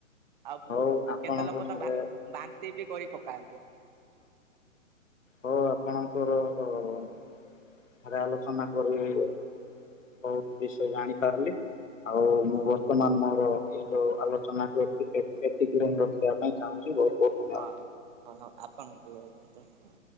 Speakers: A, on the right (about 35°); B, on the left (about 70°).
A: ଆଉ ବହୁତ
B: ହଉ ଆପଣଙ୍କ
A: କେତେ ଲୋକ
B: ଠାରେ
A: ତ ବା ବାନ୍ତି ବି କରି ପକାନ୍ତି।
B: ହଁ ଆପଣଙ୍କର। <unintelligible> ରେ ଆଲୋଚନା କରି ବହୁତ ବିଷୟ ଜାଣି ପାରିଲି। ଆଉ ମୁଁ
A: ହଁ
B: ବର୍ତ୍ତମାନ ମୋର ଏଇ ଯୋଉ ଆଲୋଚନା କୁ ଏତିକି ଏତିକିରେ ମୁଁ ରଖିବା ପାଇଁ ଚାହୁଁଛି। ବହୁତ ବହୁତ ଧନ୍ୟବାଦ।
A: ହଁ ଆପଣ ଙ୍କୁ ବହୁତ୍ ବହୁତ୍ ଧନ୍ୟବାଦ।